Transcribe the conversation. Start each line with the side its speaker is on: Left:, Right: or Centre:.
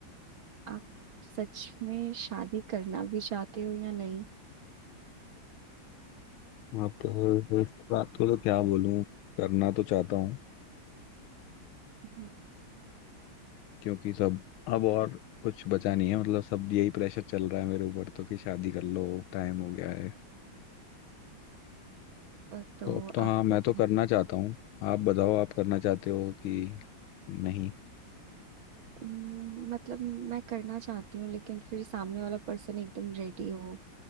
Right: आप सच में शादी करना भी चाहते हो या नहीं
Left: आप इस बात को तो क्या बोलूं करना तो चाहता हूँ
Right: हम्म,
Left: क्योंकि सब अब और कुछ बचा नहीं है मतलब सब यही प्रेशर चल रहा है मेरे ऊपर तो कि शादी कर लो टाइम हो गया है
Right: अ, तो
Left: तो अब तो हाँ
Right: आपको
Left: मैं तो करना चाहता हूँ आप बताओ आप करना चाहते हो कि नहीं
Right: हम्म, मतलब मैं करना चाहती हूँ लेकिन फिर सामने वाला पर्सन एकदम रेडी हो